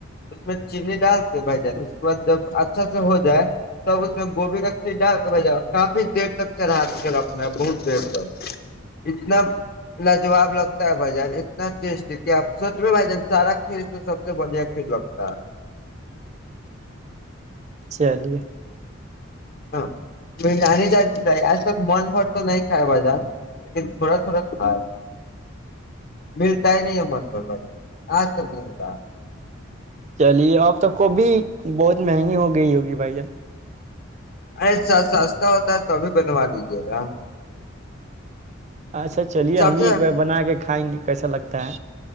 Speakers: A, on the left; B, on the right.
A: اس میں چینی ڈال پائے جات اس کے بع جب اچھا سے ہو جائے تب اس میں گوبھی کا ڈ بجہ کافی دیر تک چڑھا کے ر اپنا بہت دیرک اتنا لاجاب لگتا س بھ جان اتنا ٹیسٹی ہے کہ آپ سچو بھ جان سارا کھیل سے سب سے بڑھیا کھیل لگتا ہے
B: چلیے
A: ہاں م ج آج تک من بھر تو نہیں کائے بازا ل تھوڑا تھوڑا کھائے ملتا ہی نہیں ہے من بھر بازا آج تک نہیں ملا
B: چلیے اب تک کو بھیھی بہت مہنگی ہو گئی ہوگی بھائی جان
A: اسا سستا ہوتا ہے توبھی بنوا لیجے گا
B: اچھا چلیے
A: سب
B: ہم بھی
A: سے
B: ایک بار بنا کے کھائیں گے کیسا لگتا ہے